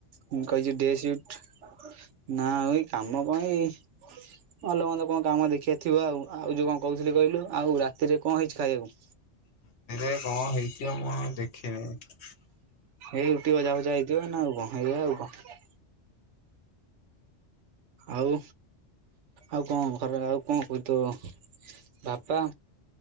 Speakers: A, on the right; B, on the left.
A: ମୁଁ କହିଛି ଡେ ସିଫ୍ଟ ନା ଏ ଏ କାମ କଣ ଏଇ ଭଲ ମନ୍ଦ କଣ କାମ ଦେଖିବା ଥିବ ଆଉ। ଆଉ ଯୋଉ କଣ କହୁଥିଲି କହିଲୁ ଆଉ ରାତିରେ କଣ ହେଇଛି ଖାଇବାକୁ?
B: ରାତିରେ କଣ ହେଇଥିବ ମୁଁ ଆଉ ଦେଖିନି ।
A: ଏଇ ରୁଟି ଭଜା ଫଜା ହେଇଥିବ ନା ଆଉ କ, ଏଇଆ ଆଉ କଣ? ଆଉ ଆଉ କଣ ଘରେ ଆଉ କଣ କହୁଛୁ ତୋ ବାପା?